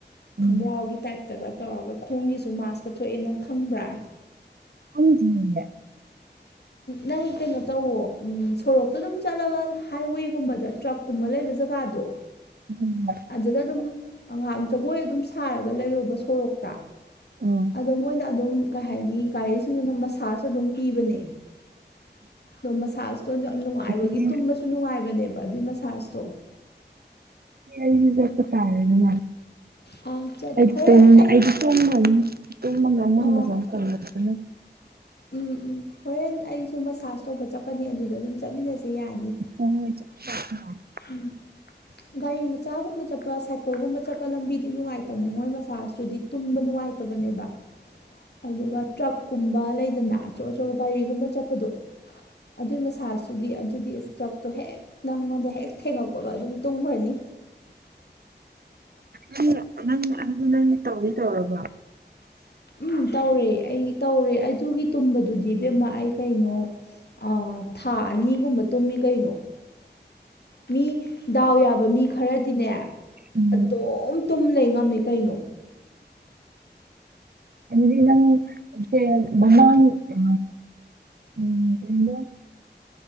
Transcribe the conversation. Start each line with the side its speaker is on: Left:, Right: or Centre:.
Right: ꯎꯝ
Left: ꯈꯣꯡꯒ꯭ꯔꯥꯎꯒꯤ ꯇꯥꯏꯞꯇꯒ ꯇꯧꯔꯒ ꯈꯣꯡꯒꯤꯁꯨ ꯃꯥꯁꯀ ꯊꯣꯛꯑꯦ ꯅꯪ ꯈꯪꯕ꯭ꯔꯥ
Right: ꯈꯡꯗꯤꯌꯦ
Left: ꯅꯪ ꯀꯩꯅꯣ ꯇꯧꯋꯣ ꯁꯣꯔꯣꯛꯇ ꯑꯗꯨꯝ ꯆꯠꯂꯒ ꯍꯥꯏꯋꯦꯒꯨꯝꯕꯗ ꯇ꯭ꯔꯛꯀꯨꯝꯕ ꯂꯩꯕ ꯖꯒꯥꯗꯣ
Right: ꯍꯣꯏ ꯍꯣꯏ
Left: ꯑꯗꯨꯗ ꯑꯗꯨꯝ ꯉꯍꯥꯛ ꯖꯒꯣꯏ ꯑꯗꯨꯝ ꯁꯥꯔꯒ ꯂꯩꯔꯨꯕ ꯁꯣꯔꯣꯛꯇ
Right: ꯑꯥ
Left: ꯑꯗꯣ ꯃꯣꯏꯅ ꯑꯗꯨꯝ ꯀꯩ ꯍꯥꯏꯅꯤ ꯒꯥꯔꯤꯁꯤꯡꯁꯤꯅ ꯃꯁꯥꯖ ꯑꯗꯨꯝ ꯄꯤꯕꯅꯦ ꯑꯗꯣ ꯃꯁꯥꯁꯨꯇ ꯌꯥꯝ ꯅꯨꯡꯉꯥꯏꯕꯒꯤ
Right: ꯑꯗꯨꯗꯤ
Left: ꯇꯨꯝꯕꯁꯨ ꯅꯨꯡꯉꯥꯏꯕ ꯅꯦꯕ ꯑꯗꯨꯏ ꯃꯁꯥꯖꯇꯣ
Right: ꯑꯩꯖꯨ ꯆꯠꯞ ꯇꯥꯔꯦꯗꯅ
Left: ꯑꯥ ꯆꯠ
Right: ꯑꯩ
Left: ꯍꯣꯔꯦꯟ
Right: ꯇꯨꯝꯕ
Left: ꯑꯩ
Right: ꯑꯩꯗꯤ ꯇꯨꯝꯃꯅꯤ ꯇꯨꯝꯕ ꯉꯝꯃꯣꯏ
Left: ꯑ
Right: ꯃꯁꯥꯁ ꯇꯧꯅꯕꯗꯨꯅ
Left: ꯎꯝ ꯎꯝ ꯍꯣꯔꯦꯟ ꯑꯩ ꯁꯨ ꯃꯁꯥꯁ ꯇꯧꯕ ꯆꯠꯀꯅꯤ ꯑꯗꯨꯗ ꯑꯗꯨꯝ ꯆꯠꯃꯤꯟꯅꯁꯦ ꯌꯥꯏ
Right: ꯍꯣ ꯍꯣꯏ ꯆꯠꯃꯤꯟꯅꯖꯦ
Left: ꯎꯝ ꯒꯥꯔꯤ ꯃꯆꯥꯒꯨꯝꯕ ꯆꯠꯄ ꯁꯥꯏꯀꯜꯒꯨꯝꯕ ꯆꯠ ꯄ ꯂꯝꯕꯤꯗꯤ ꯅꯨꯡꯉꯥꯏꯇꯕꯅꯦ ꯃꯣꯏ ꯃꯁꯥꯁꯇꯨꯗꯤ ꯇꯨꯝꯕ ꯅꯨꯡꯉꯥꯏꯇꯕꯅꯦꯕ ꯑꯗꯨꯒ ꯇ꯭ꯔꯛꯀꯨꯝꯕ ꯂꯩꯗꯅ ꯑꯆꯧ ꯑꯆꯧꯕ ꯒꯥꯔꯤꯒꯨꯝꯕ ꯆꯠꯄꯗꯣ ꯑꯗꯨꯏ ꯃꯁꯥꯁꯇꯨꯗꯤ ꯑꯗꯨꯗꯤ ꯇ꯭ꯔꯛꯇꯣ ꯍꯦꯛ ꯅꯪꯉꯣꯟꯗ ꯍꯦꯛ ꯊꯦꯡꯉꯛꯄꯒ ꯑꯗꯨꯝ ꯇꯨꯝꯒ꯭ꯔꯅꯤ
Right: ꯅꯪ ꯅꯪ ꯑꯗꯨ ꯅꯪꯗꯤ ꯇꯧꯗꯤ ꯇꯧꯔꯕꯥ
Left: ꯎꯝ ꯇꯧꯔꯦ ꯑꯩ ꯇꯧꯔꯦ ꯑꯗꯨꯒꯤ ꯇꯨꯝꯕꯗꯨꯗꯤ ꯏꯕꯦꯝꯃꯥ ꯑꯩ ꯀꯩꯅꯣ ꯑ ꯊꯥ ꯑꯅꯤꯒꯨꯝꯕ ꯇꯨꯝꯃꯤ ꯀꯩꯅꯣ ꯃꯤ ꯗꯥꯎ ꯌꯥꯕ ꯃꯤ ꯈꯔꯗꯤꯅꯦ
Right: ꯎꯝ
Left: ꯑꯗꯨꯝ ꯇꯨꯝ ꯂꯩ ꯉꯝꯃꯦ ꯀꯩꯅꯣ
Right: ꯎ ꯑꯗꯨꯗꯤ ꯅꯪ ꯖꯦꯜ ꯃꯃꯥꯡ ꯑ ꯎꯝ ꯀꯩꯕ